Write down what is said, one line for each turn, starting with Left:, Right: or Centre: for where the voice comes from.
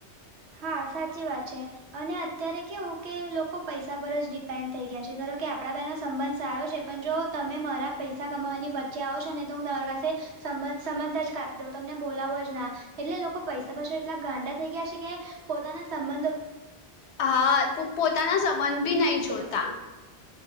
Right: હા સાચી વાત છે અને અત્યારે કેવું કે લોકો પૈસા પર જ ડિપેન્ડ થઈ ગયા છે ધારો કે આપડા બેનો સંબંધ સારો છે પણ જો તમે મારા પૈસા કમાવાની વચ્ચે આવ છો ને તો હું તમારી પાસે સંબંધ સંબંધ જ કાપી દઉં તમને બોલાવો જ ના એટલે લોકો પૈસા પાછળ એટલા ગાંડા થઈ ગયા છે કે પોતાના સંબંધો
Left: હા પો પોતાના સંબંધ બી
Right: બધી
Left: નહીં
Right: સાચી
Left: જોતા
Right: વાત